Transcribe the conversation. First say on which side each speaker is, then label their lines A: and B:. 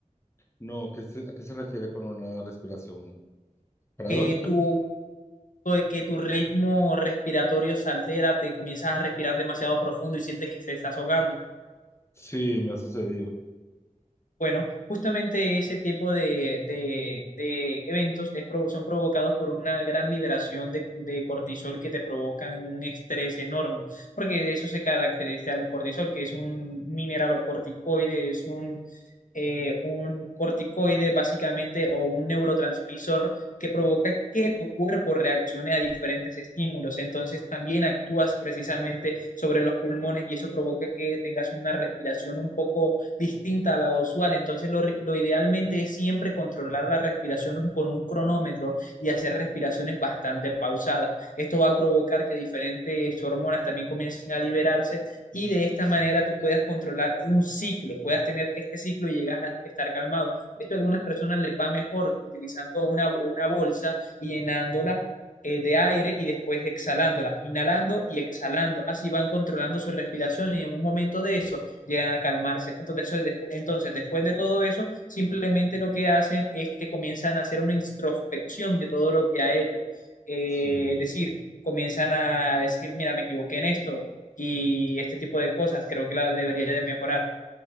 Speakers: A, on the left; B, on the left.
A: No, ¿qué se- ¿a qué se refiere con una respiración paradójica?
B: que tu, pues, que tu ritmo respiratorio se altera, te comienzas a respirar demasiado profundo y sientes que te estás ahogando.
A: Sí, me ha sucedido.
B: Bueno, justamente ese tipo de, de- de eventos es provo- son provocados por una gran liberación de, de cortisol que te provocan un estrés enorme, porque de eso se caracteriza el cortisol, que es un mineralocorticoide, es un eh, un corticoide básicamente o un neurotransmisor que provoca que tu cuerpo reaccione a diferentes estímulos. Entonces también actúas precisamente sobre los pulmones y eso provoca que tengas una respiración un poco distinta a la usual. Entonces lo, lo idealmente es siempre controlar la respiración con un cronómetro y hacer respiraciones bastante pausadas. Esto va a provocar que diferentes hormonas también comiencen a liberarse y de esta
A: Sí.
B: manera tú puedas controlar un ciclo, puedas tener este ciclo y llegas a estar calmado. De hecho, a algunas personas les va mejor utilizando una, una bolsa y llenándola eh, de aire y después exhalándola, inhalando y exhalando. Así van controlando su respiración y en un momento de eso llegan a calmarse. Entonces, después, entonces después de todo eso, simplemente lo que hacen es que comienzan a hacer una introspección de todo lo que ha hecho. Eh,
A: Sí.
B: es decir, comienzan a decir, mira, me equivoqué en esto, y este tipo de cosas. Creo que la debería de mejorar.